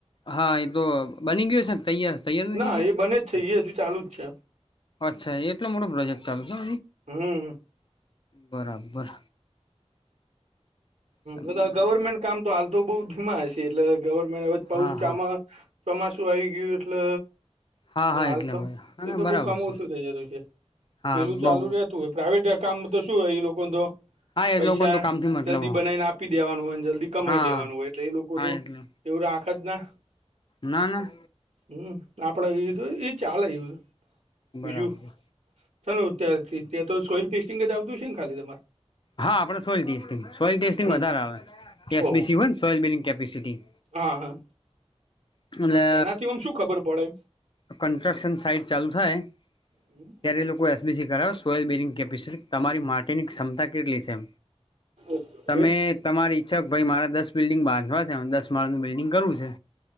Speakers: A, on the left (about 45°); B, on the right (about 75°).
A: હા એ તો બની ગય હોય છે તૈયાર તૈયાર નથી
B: ના
A: ગયો
B: એ બને જ છે એ હજુ ચાલુ જ છે.
A: અચ્છા એટલો મોટો પ્રોજેક્ટ ચાલુ છે.
B: હમ
A: બરાબર. સમજી
B: હ એ આ ગવર્મેન્ટ
A: ગયો
B: કામ તો હાલ તો બઉ ધીમા હશે એટલે ગવર્મેન્ટ હવેામાં
A: હા હા
B: ચોમાસું આવી ગયું એટલે
A: હા હા
B: હાલ
A: એટલે
B: તો
A: બરા
B: એ તો
A: બરાબર
B: બહ કામ
A: છે
B: ઓછું થઇ જતું છે.
A: હા
B: પેલું ચાલુ
A: બઉ
B: રહેતું પ્રાઇવેટ કામ તો શું એ લોકો તો
A: હા એ
B: પૈસા
A: લોકોને તો કામથી મતલબ
B: જલ્દી
A: હા
B: બનાવીને આપી દેવાનું હોય ને જલ્દી કમાઈ
A: હા
B: લેવાનું હોય, એટલે એ લોકો
A: હા
B: તો
A: એટલે
B: એવું આખ જ ના
A: ના ના.
B: હમ આપડે ચાલે એ
A: બરાબર
B: બીજું સ ત્યાં ત્યા તો સોઈલ ટેસ્ટિંગ જ આવતું છે ને ખાલી તમારે
A: હા આપડે સોઇલ ટેસ્ટિંગ સોઇલ ટેસ્ટિંગ
B: હમ
A: વધારે આવે એસબીસી
B: ઓહ
A: હોય ને સોલ બિલિંગ કેપેસિટી
B: હા હા.
A: એટલે
B: એનાથી આમ શું ખબર પડે
A: ક કન્સ્ટ્રક્શન સાઈટ ચાલુ થાય
B: હમ <inaudible>
A: ત્યારે લોકો એસબીસી કરાવે સોયલ બીરિંગ કેપેસિટી તમારી માટેની ક્ષમતા કેટલી છે
B: ઓકે
A: તમે તમારી ઈચ્છક ભાઈ મારા દસ બિલ્ડિંગ બાંધવા છે દસ માળનું બિલ્ડિંગ કરવું છે